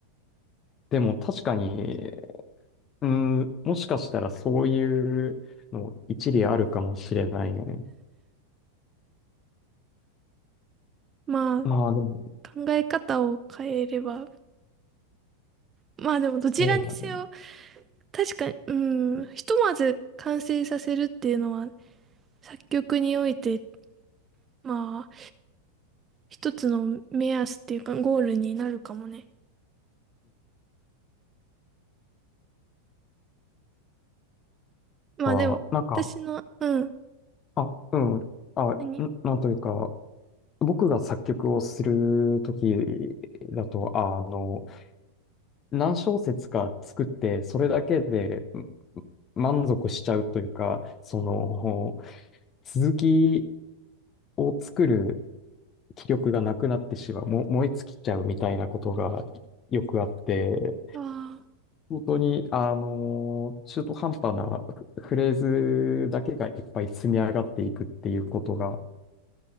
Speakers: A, on the left; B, on the right.
A: でも確かに、うん、もしかしたらそういうの一理あるかもしれないね。
B: まあ、
A: まあでも、
B: 考え方を変えれば。まあでも、どちらにせよ、
A: そうだね。
B: 確かに、うん、ひとまず完成させるっていうのは、作曲において、まあ、一つの目安っていうか、ゴールになるかもね。まあでも、
A: なんか、なんか、
B: 私の、うん、
A: あ、うん。あ、
B: 何
A: んなんというか、僕が作曲をするときだと、あの、何小節か作って、それだけでん満足しちゃうというか、その、続きを作る気力がなくなってしまう、も、燃え尽きちゃうみたいなことがよくあって、
B: あ
A: 本当に、あの、中途半端なフレーズだけがいっぱい積み上がっていくっていうことが